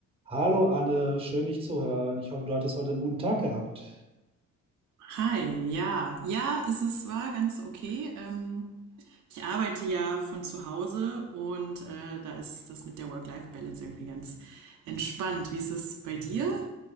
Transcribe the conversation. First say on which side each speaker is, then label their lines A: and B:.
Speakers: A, on the right (about 20°); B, on the right (about 70°).
A: Hallo Anne, schön dich zu hören. Ich hoffe, du hattest heute einen guten Tag gehabt.
B: Hi, ja. Ja, es ist, war ganz okay. Ähm, ich arbeite ja von zu Hause und äh, da ist das mit der Work-Life-Balance irgendwie ganz entspannt. Wie ist es bei dir?